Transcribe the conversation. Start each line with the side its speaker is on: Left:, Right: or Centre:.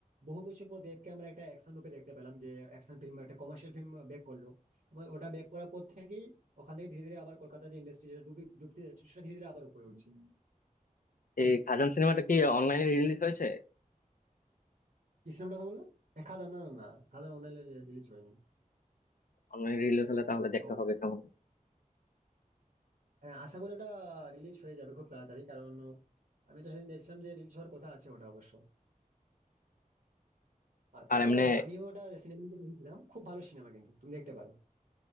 Right: বহু বছর পর দেবকে আমরা একটা অ্যাকশন রূপে দেখতে পেলাম যে অ্যাকশন ফিল্ম একটা কমার্শিয়াল ফিল্ম ব্যাক করলো এবং ওটা ব্যাক করার পর থেকেই ওখান থেকে ধীরে ধীরে আবার কলকাতা যে ইন্ডাস্ট্রি যেটা ডুবি ডুবতে যাচ্ছে সেটা ধীরে ধীরে আবার উপরে উঠছে
Left: এই খাজান সিনেমাটা কি অনলাইনে রিলিজ হয়েছে
Right: কি সিনেমাটা কথা বললে এ, খাদান না না না খাদান অনলাইনে রিলিজ হয়নি
Left: অনলাইনে রিলিজ হলে তাহলে দেখতে
Right: তো
Left: হবে কেমন হয়েছে।
Right: হ্যাঁ, আশা করি ওটা রিলিজ হয়ে যাবে খুব তাড়াতাড়ি কারণ আমি তো সেদিন দেখছিলাম যে রিলিজ হওয়ার কথা আছে ওটা অবশ্য আর তারপর
Left: আর এমনি
Right: আমিও ওটা সিনেমা দেখেছিলাম খুব ভালো সিনেমা কিন্তু তুমি দেখতে পারো